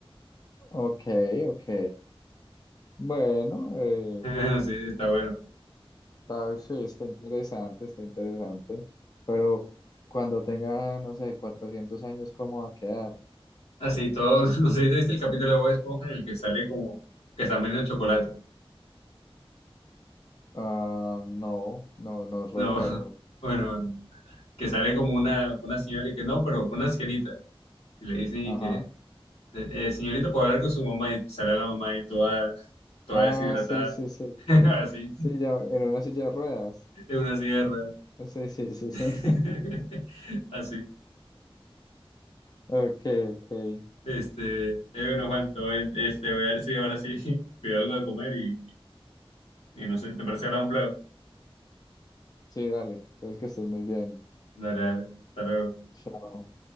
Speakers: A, on the left; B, on the left.
A: Ok, ok. Bueno, eh,
B: Bueno, Sí, está bueno.
A: tal, vez sí, está interesante, está interesante. Pero cuando tenga, no sé, 400 años, ¿cómo va a quedar?
B: Así todo, <laughs> no sé si te viste el capítulo de Bob Esponja en el que sale como que está medio chocolate.
A: Ah, no, no, no recuerdo.
B: No, <laughs> bueno, que sale como una, una señora y que no, pero una ancianita. Y le dicen y
A: Ajá.
B: que... Eh, eh, señorita, puedo hablar con su mamá y sale la mamá y toda, toda
A: Ah,
B: deshidratada,
A: sí, sí, sí.
B: <laughs>
A: <laughs>
B: así,
A: Sí, ya, en una silla de ruedas.
B: en una sierra,
A: Sí, sí, sí, sí.
B: <laughs>
A: <laughs>
B: así.
A: Ok, ok.
B: Este, eh, bueno, Juan, todo bien. Este, voy a ver si ahora sí <laughs> pido algo de comer y, y no sé, ¿te parece que hablamos luego?
A: Sí, dale. Entonces que estés muy bien.
B: Dale, dale, hasta luego.
A: Chao.